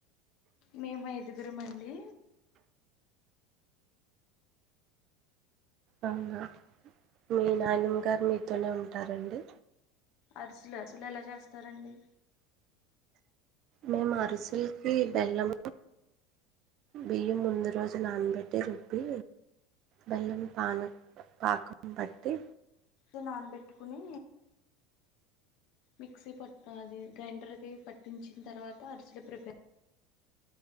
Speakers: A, on the left; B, on the right.
A: మేము ఐదుగురం అండి
B: అవునా మీ నాయనమ్మ గారు మీతోనే ఉంట ఉంటారండి
A: అరుసులు అరుసలు ఎలా చేస్తారండి
B: మేము అరుసలకి బెల్లం బియ్యం ముందు రోజు నానబెట్టి రుబ్బి బెల్లం పాన పాకం బట్టి
A: అే నానబెట్టుకుని మిక్సీ పట్ అది గ్రైండర్కి పట్టించిన తర్వాత అరిసలు ప్రిపేర్